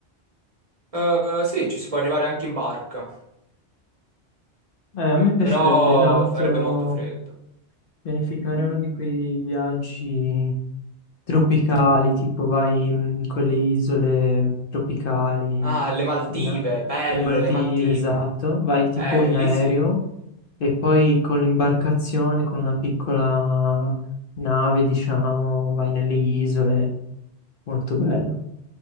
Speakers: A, on the right (about 35°); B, on the left (about 55°).
A: Eh, sì, ci si può arrivare anche in barca,
B: Eh, a me piacerebbe
A: però
B: tanto
A: farebbe molto freddo.
B: pianificare uno di quei viaggi tropicali, tipo vai mm, con le isole tropicali,
A: Ah, le Maldive,
B: in a-
A: bello,
B: le Maldive,
A: le Maldive.
B: esatto, vai tipo
A: Eh,
B: in
A: lì
B: aereo
A: sì.
B: E poi con l'imbarcazione, con una piccola nave, diciamo, vai nelle isole, molto bello.